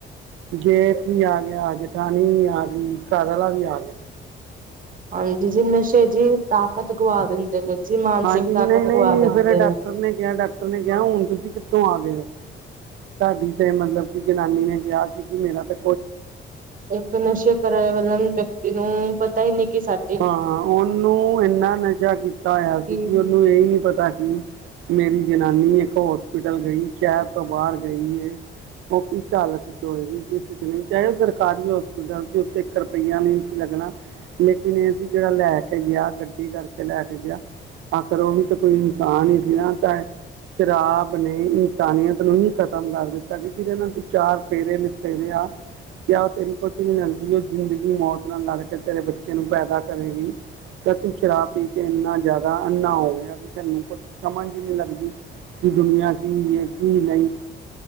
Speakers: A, on the right; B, on the right.
A: ਜੇਠ ਵੀ ਆ ਗਿਆ, ਜਠਾਣੀ ਵੀ ਆ ਗਈ, ਘਰਆਲਾ ਵੀ ਆ ਗਿਆ।
B: ਹਾਂ ਜ ਜੀ ਨਸ਼ੇ ਜੀ ਤਾਕਤ ਗਵਾ ਦਿੰਦੇ ਨੇ ਜੀ ਮਾਨਸਿਕ
A: ਹਾਂਜੀ
B: ਤਾਕਤ
A: ਨਈਂ-ਨਈਂ
B: ਗਵਾ ਦਿੰਦੇ
A: ਫਿਰ ਡਾਕਟਰ ਨੇ ਕਿਹਾ ਡਾ ਟਰ ਕਿਹਾ ਹੁਣ ਤੁਸੀਂ ਕਿੱਥੋਂ ਆ ਗਏ ਹੋ, ਤੁਹਾਡੀ ਤੇ ਮਤਲਬ ਕਿ ਜਨਾਨੀ ਨੇ ਕਿਹਾ ਸੀ ਕਿ ਮੇਰਾ ਤੇ
B: ਇੱਕ ਨਸ਼ੇ ਕਰਾ ਵਾਲ ਵਿਅਕਤੀ ਨੂੰ ਪਤਾ ਹੀ ਨੀ ਕਿ ਸਾ
A: ਹਾਂ ਉਹਨੂੰ ਇੰਨਾ ਨਸ਼ਾ ਕੀਤਾ ਹੋਇਆ ਸੀ
B: ਜੀ
A: ਕਿ ਉਹਨੂੰ ਇਹਹੀ ਨੀ ਪਤਾ ਕਿ ਮੇਰੀ ਜਨਾਨੀ ਇੱਕ ਹੋਸਪਿਟਲ ਗਈ ਸ਼ਹਿਰ ਤੋਂ ਬਾਹਰ ਗਈ ਏ। ਉਹ ਕਿਸ ਹਾਲਤ ਚ ਹੋਏਗੀ ਜ ਚ ਨਹੀਂ ਚਾਹੇ ਉਹ ਸਰਕਾਰੀ ਹੋਸਪਿਟਲ ਸੀ ਓਥੇ ਇੱਕ ਰੁਪਈਆ ਨੀ ਸੀ ਲੱਗਣਾ। ਇੰਨ ਇਹ ਸੀ ਜਿਹੜਾ ਲੈ ਕੇ ਗਿਆ ਗੱਡੀ ਕਰਕੇ ਲੈ ਕੇ ਗਿਆ ਆਖਰ ਉਹ ਵੀ ਤਾਂ ਕੋਈ ਇਨਸਾਨ ਹੀ ਸੀ ਨਾ ਚਾਹੇ ਸ਼ਰਾਬ ਨੇ ਇਨਸਾਨੀਅਤ ਨੂੰ ਹੀ ਖਤਮ ਕਰ ਦਿੱਤਾ ਬੀ ਜਿੰਦੇ ਨਾਲ ਤੁ ਚਾਰ ਤੇ ਫੇਰੇ ਲਿਤੇੇ ਦੇ ਆ। ਕਿਆ ਉਹ ਤੇਰੀ ਕੁਛ ਨੀ ਲਗਦੀ ਉਹ ਜ਼ਿੰਦਗੀ ਮੌਤ ਨਾਲ ਲੜ ਕੇ ਤੇਰੇ ਬੱਚੇ ਨੂੰ ਪੈਦਾ ਕਰੇਗੀ। ਤਾਂ ਤੂੰ ਸ਼ਰਾਬ ਪੀ ਕੇ ਇੰਨਾ ਜ਼ਿਆਦਾ ਅੰਨਾ ਹੋ ਗਿਆ, ਵੀ ਤੈਨੂੰ ਕੁਛ ਸਮਝ ਹੀ ਨਹੀਂ ਲੱਗਦੀ। ਕੀ ਦੁਨੀਆਂ ਕੀ ਹੈ, ਕੀ ਨਹੀਂ।